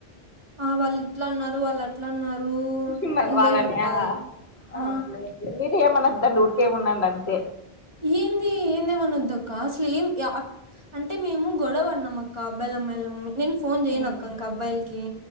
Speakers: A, on the right; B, on the left.
A: ఆ వాళ్ళు ఇట్లా అన్నారు వాళ్ళు అట్లా అన్నారు
B: షమల్
A: అని
B: వాళ్ళనియావు
A: పోయి చెప్తాది
B: అవునులే
A: ఆ
B: అవునులే మీది ఏమన్నా ద ఊరికే ఉండండి అంతే
A: ఏంది ఏందేమనొద్దక్క అసలు ఏం ఆ అంటే మేము గొడవ అడిన్నా అక్క అబాయిలమ్ అమ్మాయిలమ్ నేను ఫోన్ చేయనాక్కంక
B: ఉమ్,
A: అబ్బాయిల్కి